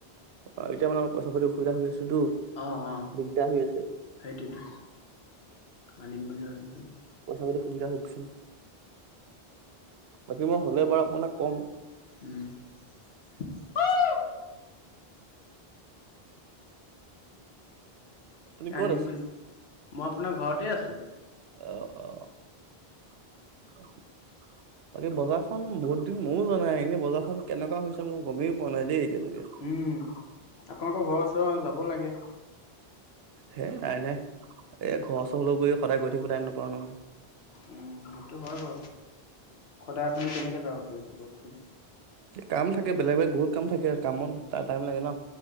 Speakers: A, on the right (about 75°); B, on the left (about 80°).
A: অ' এতিয়া মানে অলপ পইচা পাতি অসুবিধা হৈ আছে টো।
B: অ', অ',
A: দিগদাৰ হৈ আছে।
B: সেইটোৱেতো আনিম বুলি ভাবিছো।
A: কথা পাতি সুবিধা হওকচোন। বাকী মই হলে বাৰু আপোনাক কম
B: উম। <unintelligible>
A: আপুনি ক'ত
B: আনিম
A: আছে?
B: বুলি মই আপোনাৰ ঘৰতেই আছোঁ।
A: অ', অ '। বাকী বজাৰখন বহুত দিন ময়ো জনাই। এনেই বজাৰখন কেনেকুৱা হৈছে মই গোমেই পোৱা নাই দেই। এতিয়ালৈকে
B: উম আপোনালোকৰ ঘৰৰ ওচৰত যাব লাগে।
A: সেই নাই, নাই এই ঘৰ চহল বুলি সদায় গৈ থাকিব টাইম নাপাও নহয়।
B: উম, সেইটো হয় বাৰু। সদায় আপুনি কেনেকৈ যাব পাৰিব কওকচোন?
A: কাম থাকে বেলেগ বেলেগ বহুত কাম থাকে, কামত টা-টাইম লাগে ন।